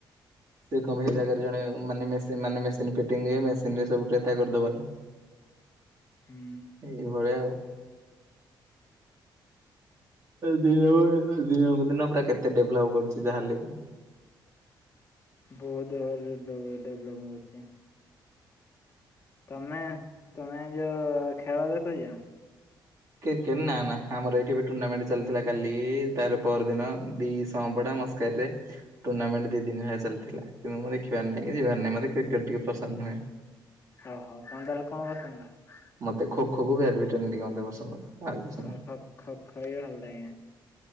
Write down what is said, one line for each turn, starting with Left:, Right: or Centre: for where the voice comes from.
Right: ସେ କ ସେ ଜାଗାରେ ଜଣେ ମାନେ ସେମାନେ ବ ଫିଟିଙ୍ଗ ମେସିନ ରେ ସବୁତ୍ୟା କରିଦବନି।
Left: ହୁଁ
Right: ଏଇଭଳିଆ ଆଉ। ଦିନକୁ ଦିନକୁ ଦିନ ପୁରା କେତେ ଡେଭଲପ କରୁଛି ଯାହାେଲେ ବି।
Left: ବହୁତ ହର ତମେ ତମେ ଯୋଉ ଖେଳ ଦେଖୁଛ?
Right: କ୍ରିକେଟ ନା ନା ଆମର ଏଇଠି ବି ଟୁର୍ଣ୍ଣାମେଣ୍ଟ ଚାଲିଥିଲା, କାଲି ତାର ପର ଦିନ ଦିଶହପଡା ମସ୍କରେ ଟୁର୍ଣ୍ଣାମେଣ୍ଟ ଦି ଦିନ ହେଲା ଚାଲିଥିଲା କିନ୍ତୁ ମୁଁ ଦେଖିବାର ନାହିଁ କି ଯିବାର ନାହିଁ, ମତେ କ୍ରିକେଟ ଟିକେ ପସନ୍ଦ ନୁହେଁ।
Left: ଓହୋ କଣ ତାହେଲେ କଣ କସନ୍ତା <unintelligible>
Right: ମତେ ଖୋ ଖୋ କୁ ବ୍ୟାଡମିଟନ ଟକେ ପସନ୍ଦ। ଆଉ କିଛି
Left: ହଁ
Right: ନାହିଁ
Left: ଖ ଖ ଖ ବି ଭଲ ଲାଗେ